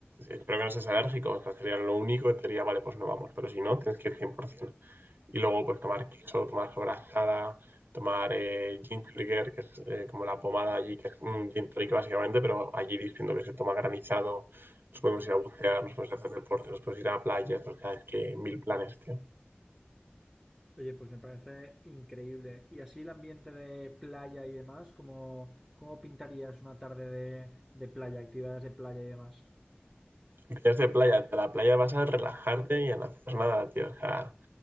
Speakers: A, on the right (about 55°); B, in the centre.
A: Espero que no seas alérgico, o sea, sería lo único que te diría, vale, pues no vamos, pero si no, tienes que ir 100%. Y luego, pues tomar queso, tomar sobrasada tomar eh, gin trigger, que es eh, como la pomada allí, que es un gin tonic básicamente, pero allí diciendo que se toma granizado, nos podemos ir a bucear, nos podemos hacer deporte, nos podemos ir a playas, o sea, es que mil planes, tío.
B: Oye, pues me parece increíble. Y así el ambiente de playa y demás, ¿cómo, cómo pintarías una tarde de, de playa, actividades de playa y demás?
A: Actividades de playa, tío, a la playa vas a relajarte y a no hacer nada, tío, o sea,